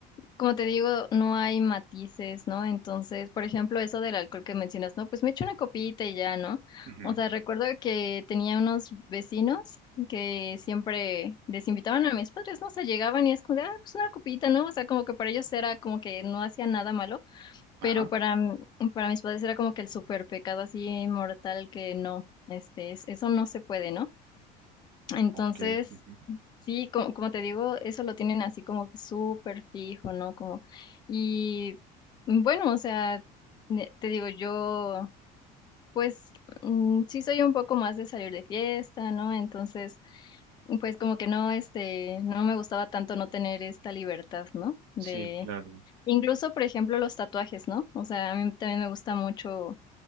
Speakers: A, on the left (about 25°); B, on the right (about 65°).
A: Como te digo, no hay matices, ¿no? Entonces, por ejemplo, eso del alcohol que mencionas, ¿no? Pues me echo una copita y ya, ¿no?
B: Ujú,
A: O sea, recuerdo que tenía unos vecinos que siempre les invitaban a mis padres, ¿no? O sea, llegaban y es como de, ah, pues una copita, ¿no? O sea, como que para ellos era como que no hacía nada malo,
B: Ajá,
A: pero para, m- para mis padres era como que el súper pecado así mortal que no, este, es- eso no se puede, ¿no? Entonces,
B: ok. ujú,
A: sí, como, como te digo, eso lo tienen así como que súper fijo, ¿no? Como, y mm, bueno, o sea, ne- te digo, yo, pues, mm, sí soy un poco más de salir de fiesta, ¿no? Entonces, pues como que no, este, no me gustaba tanto no tener esta libertad, ¿no? De,
B: Sí, claro.
A: incluso, por ejemplo, los tatuajes, ¿no? O sea, a mí también me gusta mucho